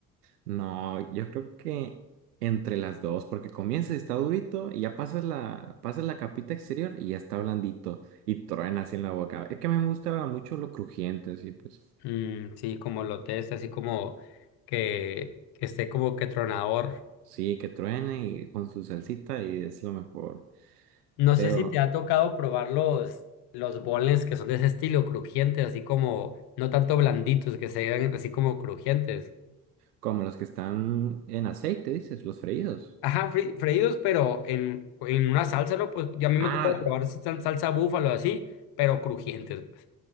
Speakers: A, on the right; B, on the left.
A: No, yo creo que entre las dos, porque comienza está durito y ya pasas la, pasas la capita exterior y ya está blandito y truena así en la boca. Es que me gusta mucho lo crujiente, sí, pues
B: Mm, sí, como lo test, así como que, que esté como que tronador.
A: sí, que truene y con su salsita y es lo mejor.
B: No
A: Pero
B: sé si te ha tocado probar los, los boneless que son de ese estilo, crujientes, así como, no tanto blanditos, que sean así como crujientes.
A: como los que están en aceite, dices, los freídos.
B: Ajá, fri- freídos, pero en, en una salsa, ¿no? Pues ya a mí
A: Ah,
B: me tocó probar si sal- salsa búfalo así, pero crujientes. pues.